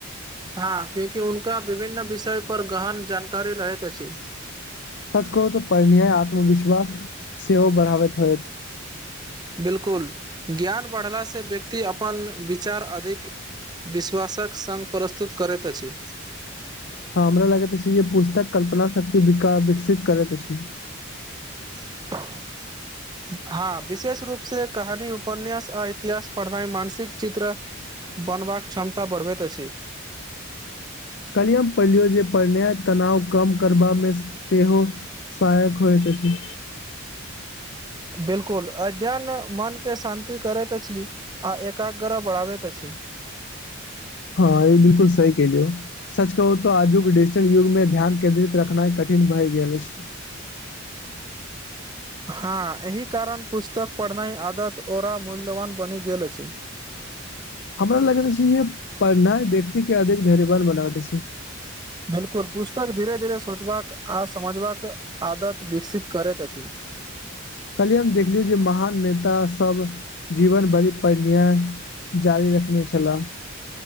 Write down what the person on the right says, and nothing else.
हँ क्यूंकि हुनका विभिन्न विषय पर गहन जानकारी रहैत अछि
बिलकुल ज्ञान बढ़ला से व्यक्ति अपन विचार अधिक विश्वासक संघ प्रस्तुत करैत अछि
<inaudible> हँ विशेष रूप से कहानी उपन्यास आ इतिहास पढ़नाइ मानसिक चित्र बनबाक क्षमता बढ़बैत अछि
बिल्कुल अध्ययन मनके शान्ति करैत अछि आ एकाग्रह बढ़ाबैत अछि
हँ एहि कारण पुस्तक पढ़नाइ आदत ओरा मूल्यवान बनि गेल अछि
बिलकुल पुस्तक धीरे धीरे सोचबाक आ समझबाक आदत विकसित करैत अछि